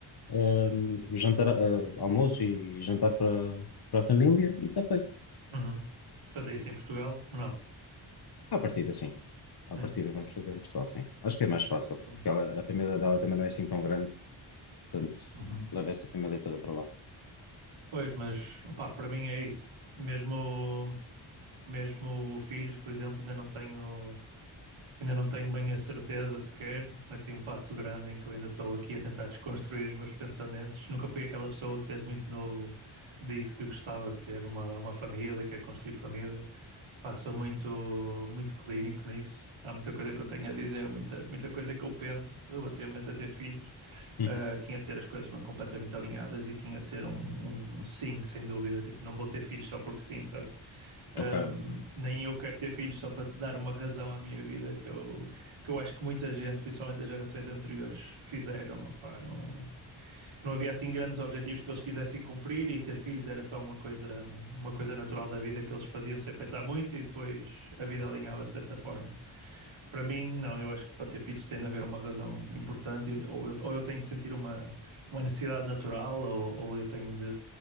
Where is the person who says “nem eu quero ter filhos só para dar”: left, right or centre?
Right